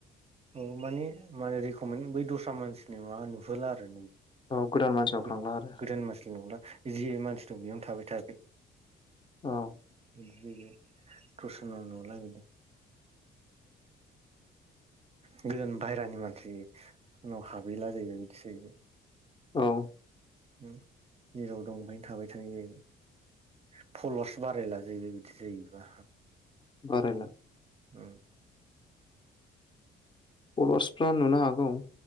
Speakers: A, on the right (about 30°); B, on the left (about 25°).
A: औ माने माने रिकमे बै दस्रा मानसिनि माबा नुहोला आरो।
B: गोदान मानसिनाव
A: <unintelligible>
B: थांला आरो
A: जि मानसि दं बेयावनो थाबाय थायाखै
B: औ
A: <unintelligible> गोदान बायेरानि मानसि उनाव हाबहैला जाहैबाय बिदि जाहैबाय।
B: औ।
A: ओम जेराव दं बेहायनो थाबाय थानाय जाहैबाय फल'वार्स बारायलाजायोबाय बिदि जायोबा
B: बारायला।
A: ओम
B: फल'वार्सफ्रा नुनो हागौ